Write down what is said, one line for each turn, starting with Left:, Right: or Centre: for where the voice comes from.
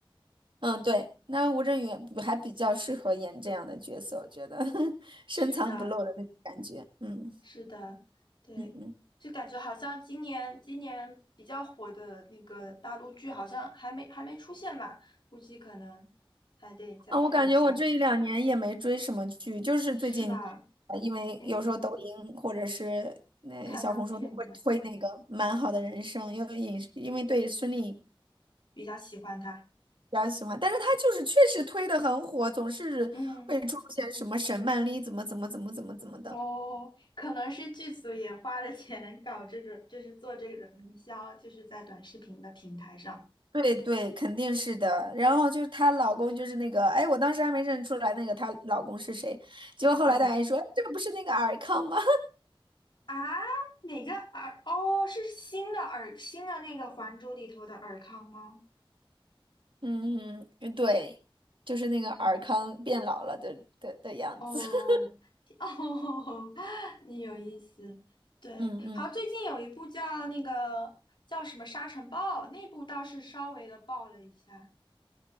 Right: 嗯，对，那吴镇宇不还比较适合演这样的角色，我觉得 <laughs> 深藏不露的那种感觉。
Left: 是的，
Right: 嗯
Left: 是的，对，
Right: 嗯嗯。
Left: 就感觉好像今年今年比较火的那个大陆剧好像还没还没出现吧，估计可能还得再看一下。
Right: 啊，我感觉我这一两年也没追什么剧，就是最近，
Left: 是吧？
Right: 呃，因为有时候抖音或者是那、
Left: 嗯，看到片段，
Right: 小红书都会推那个《蛮好的人生》，因为影视因为对孙俪比
Left: 比较喜欢他。
Right: 较喜欢，但是她就是确实推的很火，总是会出现什么沈曼丽怎么怎么怎么怎么怎么的。
Left: 嗯，哦，可能是剧组也花了钱搞这种，就是做这个营销，就是在短视频的平台上。
Right: 对对，肯定是的。然后就是她老公，就是那个，哎，我当时还没认出来那个她老公是谁，结果后来大家一说，
Left: 嗯
Right: 哎这个不是那个尔康吗？
Left: 啊，哪个尔？哦，是新的尔，新的那个《还珠》里头的尔康吗？
Right: 嗯嗯，对，就是那个尔康变老了的的的样子。
Left: 哦哦，
Right: <laughs>
Left: <laughs> 你有意思。对，
Right: 嗯嗯，
Left: 好，最近有一部叫那个叫什么《沙尘暴》，那部倒是稍微的爆了一下。